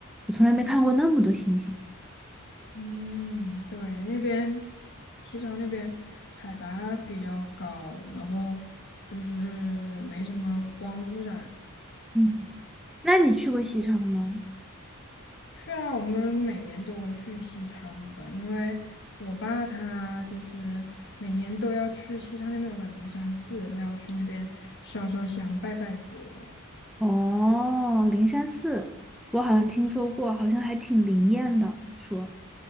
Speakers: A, in the centre; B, on the left.
A: 我从来没看过那么多星星。
B: 嗯，对，那边西昌那边海拔比较高，然后就是没什么光污染。
A: 嗯，那你去过西昌吗？
B: 去啊，我们每年都会去西昌的，因为我爸他就是每年都要去西昌那边有个灵山寺，他要去那边烧烧香、拜拜佛。
A: 哦，灵山寺，我好像听说过，好像还挺灵验的，说。